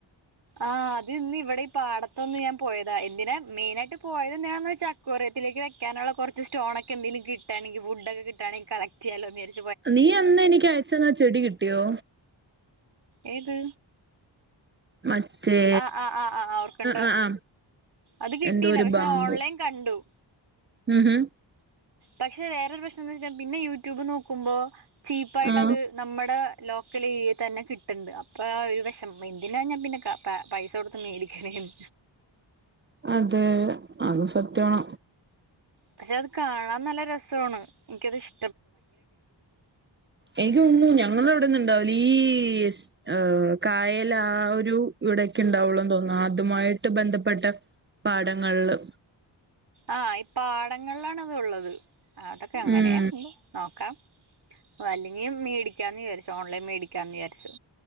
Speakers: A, on the right; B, on the right.
A: ആഹ് അത് ഇവിടെ ഈ പാടത്തൊന്ന്ഞാൻ പോയത എന്തിന മെയിൻനായിട്ട് പോയത് എന്താ ക്കോറിയത്തിലേക്ക് വെക്കാനുള്ള കുറച്ച് സ്റ്റോണ ഒക്കെ എന്തങ്കിലും കിട്ടയാണെങ്ക ഫുഡൊക്കെ കിട്ടയാണെങ്കിൽ കളക്ട് ചെയ്യാലോരിക്ക
B: നീ അന്ന് എനിക്ക് അയച്ചെന്നാ ചെടി കിട്ടിയോ
A: ഏത്
B: മറ്റേ
A: ആഹ ആ ആ ആ ഓർക്കണ്ട്
B: ആ ആ
A: അത് കിട്ടിയില്ല
B: എന്തോ ഒരു
A: പക്ഷെ
B: ബാമ്പു
A: ഓൺലൈൻ കണ്ടു
B: ഉം ഹം.
A: പക്ഷെ വേറൊരു പ്രശ് പിന്നെ യൂട്യൂബ് നോക്കുമ്പോ ചീപ്പായിട്ട്
B: ആ
A: അത് നമ്മുടെ ലോ ക്കൽ തന്നെ കിട്ടണ്ട് അപ്പൊ ഒരു വിഷം എന്തിനാ ഞാൻ പിന്നെ പൈസ കൊടുത്ത് മേടിക്കണന്ന്.
B: അതെ അത് സത്യമാണ
A: പക്ഷെ അത് കാണാൻ നല്ല രസമാണ് എനിക്കത്ഷ്
B: എനിക്ക് ഉണു ഞങ്ങള അവിടെന്ന ഇണ്ടാവില്ല. ഈ ആ ഏ കായല ആ ഒരു ഇവിടെക്കെ ഉണ്ടാവുള്ളുന്ന് തോന്നുന്നു അതുമായിട്ട് ബന്ധപ്പെട്ട പാടങ്ങളില്.
A: ആഹ് ഇ പാടങ്ങളിലാണ് അത് ഉള്ളത്. ആഹ് അതൊക്കെ അങ്ങനെയാ
B: ഉം
A: നോക്കാം. അല്ലെങ്കി മേടിക്കാന്ന് വിചാരിച്ചു ഓൺലൈൻ മേടിക്കാന്ന് വിചാരിച്ചു.